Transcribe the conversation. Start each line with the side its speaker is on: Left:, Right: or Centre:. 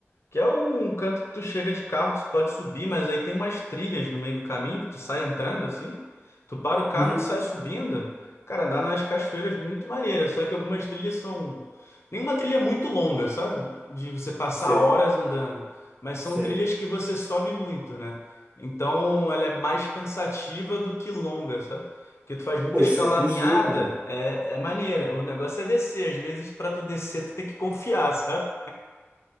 Left: Que é um canto que tu chega de carro, tu pode subir, mas aí tem umas trilhas no meio do caminho que tu sai entrando assim. Tu para o carro
Right: uhum,
Left: e tu sai subindo. Cara, andar nas cachoeiras muito maneira, só que algumas trilhas são. Nenhuma trilha é muito longa, sabe? De de você passar
Right: sei,
Left: horas andando. Mas são
Right: sei.
Left: trilhas que você sobe muito, né? Então ela é mais cansativa do que longa, sabe? Porque tu faz muita
Right: Pô,
Left: escalaminhada,
Right: isso é bizu, mano.
Left: é, é maneira. O negócio é descer. Às vezes, para tu descer, tu tem que confiar, sabe?